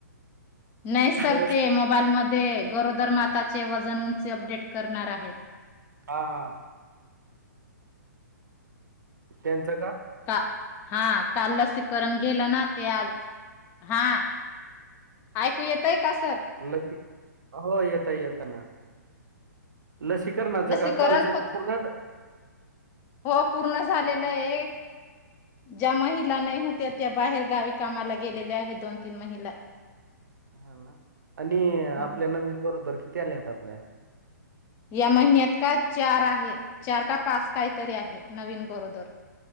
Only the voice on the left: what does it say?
नाही सर
ते मोबाईल मध्ये गरोदर माताचे वजन उंचे अपडेट करणार आहे.
का हा काल लसीकरण गेलं ना ते आज हा ऐकू येतय का सर
लसीकरण
होत
हो पूर्ण झालेलं आहे. ज्या महिला नाही होत्या त्या बाहेर गावी कामाला गेलेल्या आहेत दोन तीन महिला
हा
या महिन्यात का चार आहे चार का पाच काहीतरी आहे नवीन गरोदर